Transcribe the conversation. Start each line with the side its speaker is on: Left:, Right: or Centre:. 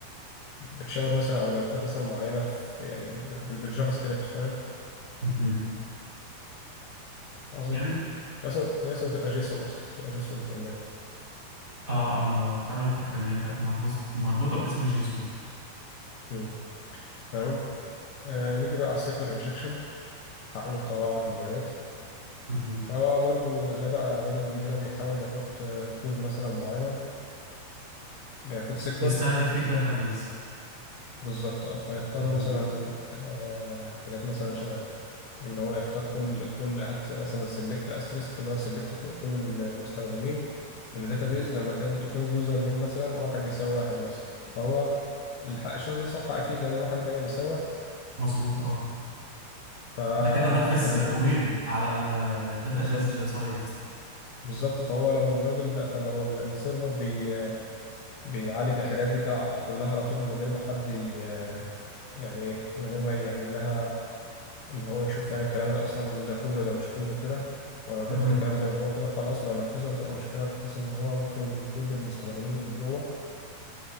Left: بتشاور مثلا على ملفات مثلا معينه في يعني بال- بالجافا سكريبت فاهم
Right: مهم.
Left: عظيم
Right: جميل
Left: هي اصلا هي اصلا بتبقى جيسون اصلا بتبقى جيسون فورمات
Right: اه انا فعلا فاكر ان هي كانت مربوط مربوطه باسم جيسون
Left: مم. تمام آه نيجي بقى على السيكوال انجكشن حقن قواعد البيانات
Right: مهم.
Left: فهو برضو ده بقى الراجل هنا بيحاول يحط آه، كود مثلا معين آه، كود سيكوال
Right: بيستهدف فيه الداتابيز
Left: بالظبط اه فيختار
Right: مهم.
Left: مثلا آه حاجات مثلا شبه ان هو يختار كل كل هات مثلا سيلكت استريسك اللي هو سيلكت كل المستخدمين من الداتابيز
Right: مهم.
Left: لما كان يكون اليوزر نيم مثلا واحد بيساوي واحد مثلا فهو الح- الشرط ده صح اكيد لان واحد دايما بيساوي واحد
Right: مظبوط اه
Left: فهيتنفذ
Right: ده كده نفذ كويري على الداتابيز
Left: بالظبط
Right: سايت
Left: بالظبط فهو لو الراجل ده فلو ال- السيرفر بي بيعالج الحاجات دي كا- كلها على طول من غير ما حد ي- يعني ايه من غير ما يعمل لها ان هو يشوف يعني الكلام ده اصلا ده كود ولا مش كود وكده ولو
Right: مهم.
Left: بياخد الكلام زي ما هو كده خلاص لو نفذه هتبقى مشكلة بحيث ان هو ممكن كل المستخدمين اللي جوه